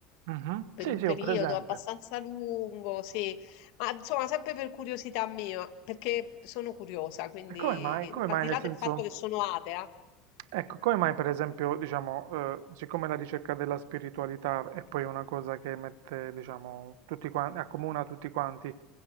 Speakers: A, on the right; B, on the left.
A: Mhm.
B: per
A: Sì,
B: un
A: sì,
B: periodo
A: ho presente.
B: abbastanza lungo, sì, ma insomma sempre per curiosità mia, perché sono curiosa, quindi
A: E come mai? Come
B: al
A: mai,
B: di
A: nel
B: là
A: senso?
B: del fatto che sono atea,
A: Ecco, come mai per esempio, diciamo, eh, siccome la ricerca della spiritualità è poi una cosa che mette, diciamo, tutti quanti, accomuna tutti quanti,